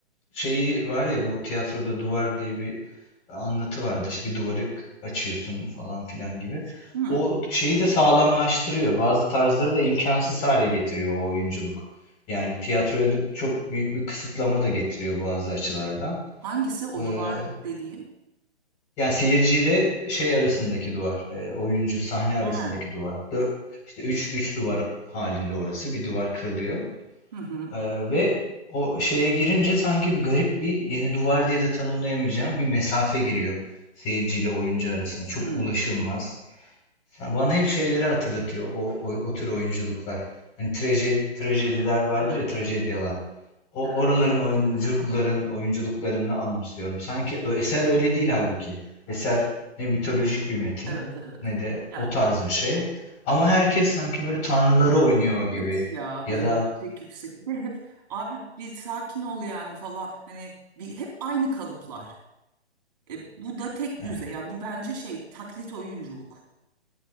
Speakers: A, on the left; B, on the right.
A: şeyi var ya bu tiyatroda duvar diye bir anlatı vardı. İşte bir duvarı açıyorsun falan filan gibi.
B: Hı.
A: O şeyi de sağlamlaştırıyor. Bazı tarzları da imkansız hale getiriyor o oyunculuk. Yani tiyatroya da çok büyük bir kısıtlama da getiriyor bazı açılardan.
B: Hangisi o
A: Ee,
B: duvar dediğim?
A: yani seyirciyle şey arasındaki duvar, e, oyuncu sahne arasındaki
B: He. Hı
A: duvar. Dö işte üç, üç duvar halinde orası. Bir duvar kırılıyor.
B: hı.
A: Ee, ve o şeye girince sanki bir garip bir yeni duvar diye de tanımlayamayacağım bir mesafe giriyor seyirciyle oyuncu arasında. Çok
B: Hı.
A: ulaşılmaz. Yani bana hep şeyleri hatırlatıyor o, o, o tür oyunculuklar. Hani traje, trajediler vardır
B: Evet.
A: ya trajedyalar. O
B: Evet.
A: oraların oyunculukların oyunculuklarını anımsıyorum. Sanki ö- eser öyle değil halbuki. Eser ne mitolojik bir metin
B: Evet evet.
A: ne de
B: Ya
A: o tarz bir şey. Ama herkes sanki böyle tanrıları oynuyor
B: Evet
A: gibi
B: ya
A: ya
B: böyle
A: da
B: yüksek yüksek bir de hep abi bir sakin ol yani falan hani bir hep aynı kalıplar. E, bu da tek
A: Evet.
B: düze yani bu bence şey taklit oyunculuk.